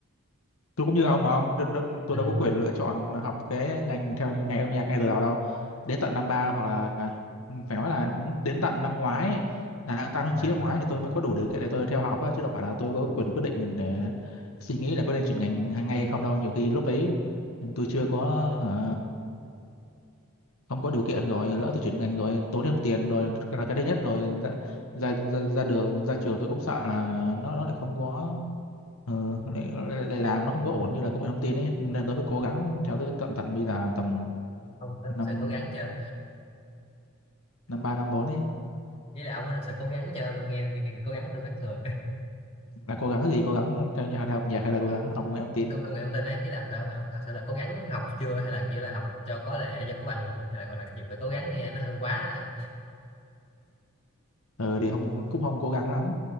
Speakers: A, on the left; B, on the left.
A: tôi cũng như ông mà ông đ- đ- tôi
B: ừ.
A: đâu có quyền lựa chọn học cái ngành theo ngành âm nhạc ngay từ đầu đâu đến tận năm ba hoặc là ừ, phải nói là đến, đến tận năm ngoái ấy, là tháng 8 tháng
B: à.
A: chín năm ngoái thì tôi mới có đủ điều kiện để tôi theo học á, chứ đâu phải là tôi có quyền quyết định để suy nghĩ là có nên chuyển ngành ngay hay không đâu nhiều khi lúc ấy ừ, tôi chưa có hả, không có điều kiện rồi lỡ tôi chuyển
B: Ừ,
A: ngành rồi tốn thêm tiền rồi là cái đấy nhất rồi ra ra ra, ra đường ra trường tôi cũng sợ là nó nó lại không có Ờ, lại, lại, lại làm nó không có ổn như là công nghệ thông tin ấy nên tôi mới cố gắng theo tới tận tận bây giờ tầm
B: ông có
A: năm
B: thật sự cố gắng chưa
A: năm ba năm bốn ấy
B: ý là ông có thật sự cố gắng chưa tôi nghe chương trình cố gắng tôi mắc cười
A: là cố gắng cái gì cố gắng theo nhà đại học nhạc hay là cố
B: Ờ,
A: gắng học công nghệ thông tin
B: công công nghệ thông tin ấy ý là phải ông, ông thật sự là cố gắng học chưa hay là chỉ là học cho có lệ cho có bằng thôi hay là gọi là dùng từ cố gắng nghe nó hơi quá ông
A: ờ, thì không cũng không cố gắng lắm